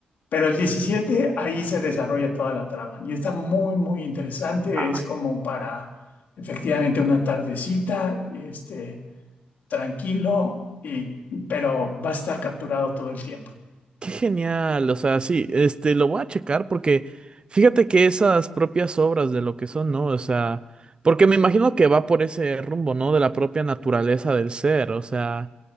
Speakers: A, on the left (about 65°); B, on the right (about 30°).
A: Pero el 17, ahí se desarrolla toda la trama y está muy, muy interesante.
B: ay,
A: Es como para efectivamente una tardecita, este, tranquilo, y, pero va a estar capturado todo el tiempo.
B: qué genial. O sea, sí, este, lo voy a checar porque fíjate que esas propias obras de lo que son, ¿no? O sea, porque me imagino que va por ese rumbo, ¿no? De la propia naturaleza del ser. O sea,